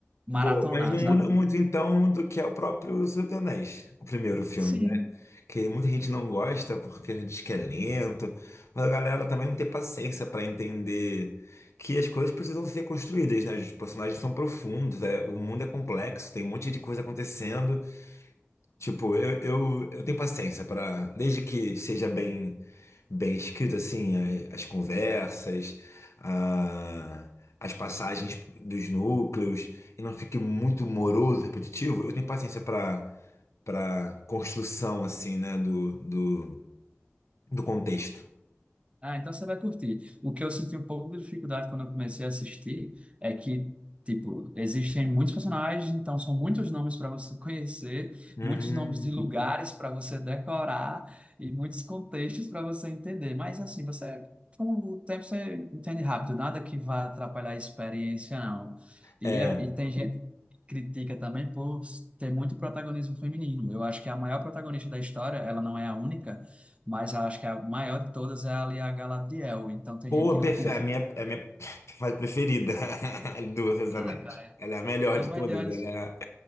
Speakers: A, on the right; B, on the left.
A: maratonar,
B: boa, mas não
A: sabe?
B: muda muito então do que é o próprio Senhor dos Anéis, o primeiro filme,
A: Sim.
B: né? que muita gente não gosta porque diz que é lento, mas a galera também não tem paciência para entender que as coisas precisam ser construídas, né? Os personagens são profundos, é, o mundo é complexo, tem um monte de coisa acontecendo. Tipo, eu, eu, eu tenho paciência para, desde que seja bem bem escrito assim, a- as, conversas, a- as passagens dos núcleos e não fique muito moroso, repetitivo, eu tenho paciência para construção assim, né, do, do, do contexto.
A: Ah, então você vai curtir. O que eu senti um pouco de dificuldade quando eu comecei a assistir é que, tipo, existem muitos personagens, então são muitos nomes para você <laughs> conhecer,
B: Uhum.
A: muitos nomes de lugares para você decorar e muitos contextos para você entender. Mas, assim, você, com o tempo, você entende rápido, nada que vá atrapalhar a experiência, não. E,
B: É,
A: é- e tem gente critica também por ter muito protagonismo feminino. Eu acho que a maior protagonista da história, ela não é a única, mas eu acho que a maior de todas é ali a Galadriel. Então tem
B: pô,
A: gente que não
B: perfe-
A: curte.
B: a minha, a minha fase preferida <laughs> do Reis dos Anéis.
A: Ah, cara,
B: Ela é a melhor
A: então
B: de todas,
A: vai de olhos.
B: ela é, a-